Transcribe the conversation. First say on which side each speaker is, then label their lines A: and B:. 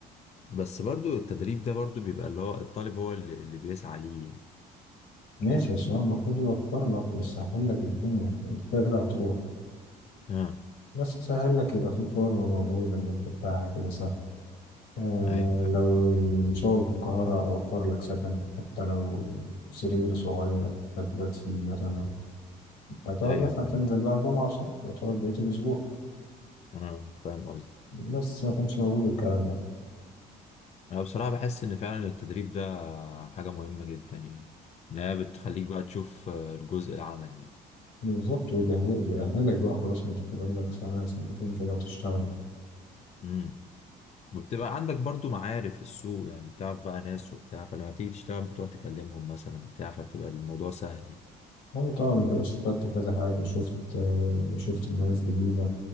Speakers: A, on the left (about 40°); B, on the left (about 85°).
A: بس برضو التدريب ده برضو بيبقى اللي هو الطالب هو اللي, اللي بيسعى ليه يعني
B: ماشي بس هو المفروض يوفر لك ويسهل لك الدنيا أنت كده كده هتروح
A: اه
B: بس يسهل لك يبقى في فورم موجود اللي أنت بتاعها كده سهل آه
A: ايوه فاهم
B: لو الشغل في القاهرة أوفر لك سكن حتى لو سرير صغير هتبات فيه مثلا هتقعد
A: ايوه
B: مثلا
A: فاهم
B: تنزل
A: قصدك.
B: بقى جمعة وسبت وتقعد بقية الأسبوع
A: اه فاهم قصدي
B: بس ما كانش موجود الكلام ده
A: انا بصراحة بحس ان فعلا التدريب ده حاجة مهمة جدا يعني ان هي بتخليك بقى تشوف آه، الجزء العملي يعني
B: بالظبط ويجهز- بيأهلك بقى خلاص انت فاضل لك سنة سنتين كده وتشتغل
A: امم وبتبقى عندك برضو معارف في السوق يعني بتعرف بقى ناس وبتاع فلما تيجي تشتغل بتقعد تكلمهم مثلا بتاع فبتبقى الموضوع سهل يعني
B: وانا طبعا كده استفدت كذا حاجة شفت آه، شفت ناس جديدة